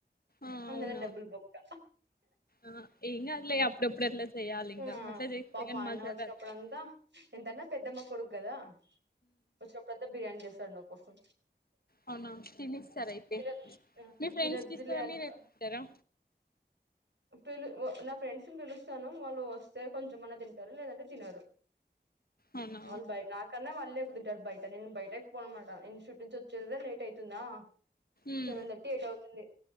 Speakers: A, on the left (about 60°); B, on the right (about 90°).
A: ఆ
B: అన్నదే
A: అవునా
B: డబ్బుల్ బొక్క
A: ఆ ఏంకాదులే అప్పుడప్పుడు అట్లా చేయాలి ఇంకా
B: ఆ
A: అట్లా చేస్తే
B: పాపం
A: కాని
B: అన్న
A: మజార
B: వచ్చినప్పుడంతా
A: అతాయి
B: ఎంతన్నా పెద్దమ్మ కొడుకు కదా వచ్చినప్పుడంత బిర్యానీ తెస్తాండు కోసం
A: అవునా తినేసేసార అయితే
B: తినద్ ఆ
A: మీ ఫ్రెండ్స్
B: తినద్దులే
A: కి ఇస్తారా
B: అనుక
A: మిరే తింటారా
B: పిలు నా ఫ్రెండ్స్ ని పిలుస్తాను వాళ్ళు వస్తే కొంచెంమన్నా తింటారు లేదంటే తినరు
A: అవునా
B: వాల్ బాయ్ నా కన్న వాళ్ళు లేకు తింటారు బయట నేను బయటకి పోను అన్నమాట ఇంస్టుట్ నుంచి వచ్చేదా లేట్ అయితుందా
A: ఉమ్
B: సెవన్ థర్టీ ఎయిట్ అవు <inaudible> తుంది